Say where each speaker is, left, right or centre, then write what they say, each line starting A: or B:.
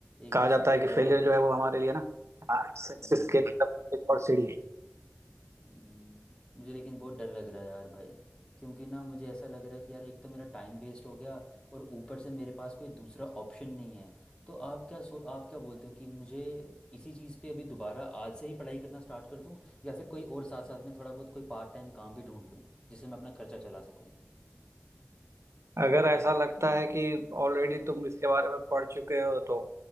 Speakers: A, on the left; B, on the right.
A: एक
B: कहा
A: चीज़
B: जाता
A: से बड़ा
B: है कि
A: डर
B: फेलियर
A: लग रहा
B: जो है
A: है
B: वो हमारे लिए ना सक्सेस
A: हम्म,
B: के तरफ एक और सीढ़ी है।
A: हम्म, मुझे लेकिन बहुत डर लग रहा है यार भाई क्योंकि ना मुझे ऐसा लग रहा है कि यार एक तो मेरा टाइम वेस्ट हो गया और ऊपर से मेरे पास कोई दूसरा ऑप्शन नहीं है तो आप क्या सो आप क्या बोलते हो कि मुझे इसी चीज़ पे अभी दोबारा आज से ही पढ़ाई करना स्टार्ट कर दूं या फिर कोई और साथ साथ में थोड़ा बहुत कोई पार्ट टाइम काम भी ढूंढ लूं जिससे मैं अपना खर्चा चला सकूं
B: अगर ऐसा लगता है कि ऑलरेडी तुम इसके बारे में पढ़ चुके हो तो